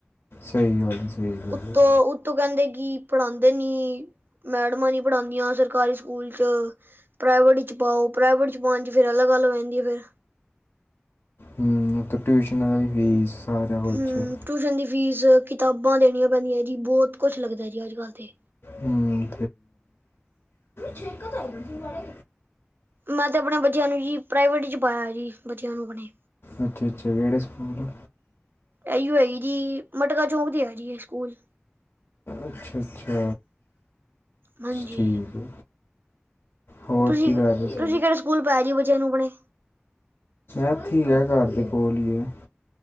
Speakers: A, on the left; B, on the right.
A: ਸਹੀ ਗੱਲ ਸਹੀ ਗੱਲ
B: ਉਤੋਂ ਉ ਉੱਤੋਂ ਕਹਿੰਦੇ ਕੀ ਪੜ੍ਹਾਂਦੇ ਨੀ, ਮੈਡਮਾਂ ਨੀ ਪੜ੍ਹਾਂਦੀਆਂ ਸਰਕਾਰੀ ਸਕੂਲ ਚ। ਪ੍ਰਾਈਵੇਟ ਵਿੱਚ ਪਾਓ, ਪ੍ਰਾਈਵੇਟ ਵਿੱਚ ਪਾਉਣ ਚ ਫਿਰ ਅਲੱਗ ਗੱਲ ਹੋ ਜਾਂਦੀ ਹੈ ਫਿਰ।
A: ਹੂੰ, ਉੱਤੋਂ ਟਿਊਸ਼ਨਾਂ ਆਲੀ ਫੀਸ। ਸਾਰਾ ਕੁਝ
B: ਹੂੰ, ਟੂਸ਼ਨ ਦੀ ਫੀਸ, ਕਿਤਾਬਾਂ ਦੇਣੀਆਂ ਪੈਂਦੀਆਂ ਜੀ, ਬਹੁਤ ਕੁਛ ਲੱਗਦਾ ਜੀ ਅੱਜ- ਕੱਲ੍ਹ ਤੇ।
A: ਹੂੰ, ਸਹੀ ਗੱਲ ਐ।
B: ਮੈਂ ਤੇ ਆਪਣੇ ਬੱਚਿਆਂ ਨੂੰ ਜੀ, ਪ੍ਰਾਈਵੇਟ ਚ ਪਾਇਆ ਜੀ, ਬੱਚਿਆਂ ਨੂੰ ਆਪਣੇ।
A: ਅੱਛਾ- ਅੱਛਾ, ਕਿਹੜੇ ਸਕੂਲ
B: ਇਹੀਓ ਹੈਗੀ ਜੀ, ਮਟਕਾ ਚੌਂਕ ਤੇ ਹੈ ਜੀ ਇਹ ਸਕੂਲ।
A: ਅੱਛਾ- ਅੱਛਾ।
B: ਹਾਂਜੀ,
A: ਠੀਕ ਹੈ ਹੋਰ
B: ਤੁਸੀਂ-
A: ਕੀ ਕਰ ਰਹੇ ਸੀ?
B: ਤੁਸੀਂ ਕਿਹੜੇ ਸਕੂਲ ਪਾਇਆ ਜੀ, ਬੱਚਿਆਂ ਨੂੰ ਆਪਣੇ।
A: ਐਥੀ ਹੈ, ਘਰ ਦੇ ਕੋਲ ਹੀ ਹੈ।